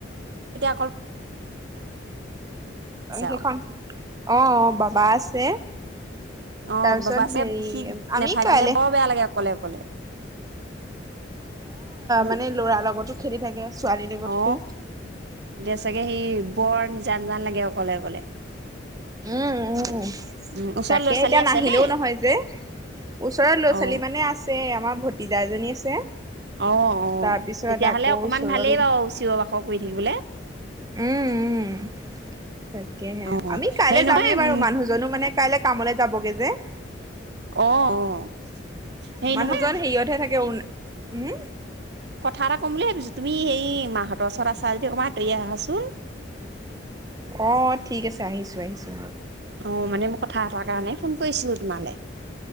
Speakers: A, on the right; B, on the right.
A: খত
B: অ', সেইখন
A: আৰু।
B: অহ, বাবা আছে।
A: অ
B: তাৰপিছত
A: বাবা আছে
B: হেৰি
A: সি
B: আমি
A: নাথাকিলে
B: কাইলৈ
A: বৰ
B: অ',
A: বেয়া লাগে অকলে অকলে। উম।
B: মানে ল'ৰা লগতো খেলি থাকে। ছোৱালীৰ লগতটো।
A: অ এতিয়া চাগে সেই বৰ নিজান জান লাগে অকলে অকলে।
B: উম উম
A: উম ওচৰত
B: তাকে
A: ল'ৰা ছোৱালী
B: এতিয়া
A: আছে
B: নাহিলেও
A: নে?
B: নহয় যে ওচৰত ল'ৰা
A: অ
B: ছোৱালী মানে আছে আমাৰ ভতি - তিজা এজনী আছে।
A: অ অ
B: তাৰপিছত
A: তেতিয়াহ'লে
B: আকৌ
A: অকমান
B: ওচৰৰ
A: ভালেই বাৰু চিঞ- বাখ কৰি থাকিবলে।
B: উম উম। তাকেহে
A: অ অ
B: আমি কাইলৈ
A: হেৰি নহয়
B: যামেই
A: উম
B: বাৰু মানুহজনো মানে- কাইলৈ কামলৈ যাবগে যে।
A: আহ অ হেৰি
B: মানুহজন
A: নহয়-
B: হেৰিয়তহে থাকে উম?
A: কথা এটা ক'ম বুলি ভাবিছো তুমি সেই মাহঁতৰ ওচৰত আছা যদি অকমান আঁতৰি আহাচোন।
B: অ ঠিক আছে আহিছো আহিছো।
A: অ মানে মই কথা এটাৰ কাৰণে ফোন কৰিছিলো তোমালে।